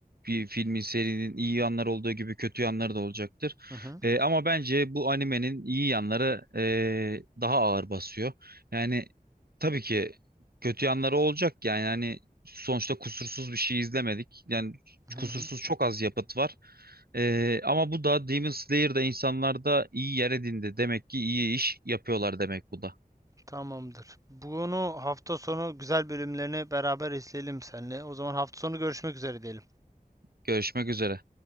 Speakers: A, on the right; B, on the right.
A: bir filmin serinin iyi yanları olduğu gibi kötü yanları da olacaktır.
B: Hı hı. Hı
A: E, ama bence bu animenin iyi yanları e, daha ağır basıyor. Yani tabii ki kötü yanları olacak yani hani sonuçta kusursuz bir şey izlemedik. Yani
B: hı.
A: kusursuz çok az yapıt var. E, ama bu da Demon Slayer'da insanlarda iyi yer edindi. Demek ki iyi iş yapıyorlar demek bu da.
B: Tamamdır. Bunu hafta sonu güzel bölümlerini beraber izleyelim seninle. O zaman hafta sonu görüşmek üzere diyelim.
A: Görüşmek üzere.